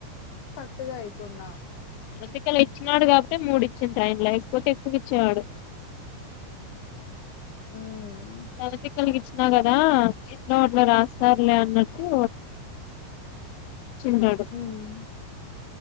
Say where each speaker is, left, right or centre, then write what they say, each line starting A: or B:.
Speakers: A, on the left; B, on the left.
A: కరెక్ట్ గా ఇయ్యకుండా
B: అసికలా ఇచ్చినాడు కాబట్టి మూడు ఇచ్చింది టైన్లో ఎకపోతే ఎక్కువకి ఇచ్చేవాడు
A: ఉమ్
B: తల తిక్కలకిచ్చి ఇచ్చిన కదా ఎట్లా కట్ల రాస్తారులే అన్నట్టు ఇచ్చింటాడు
A: ఉమ్